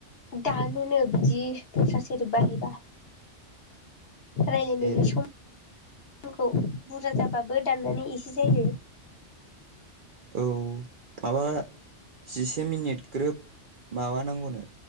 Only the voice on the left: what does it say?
दानोनो बिदि दस्रा सोदोब बाहायबा रायलायनायनि
सम दामखौ बुरजा जाबाबो दाननानै एसे जायो